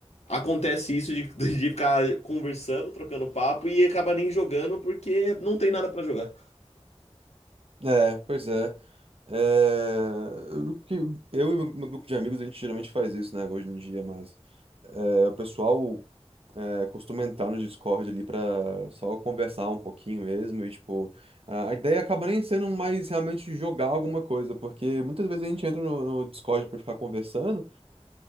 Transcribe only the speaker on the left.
acontece isso de, <laughs> de ficar conversando, trocando papo e acaba nem jogando porque não tem nada pra jogar.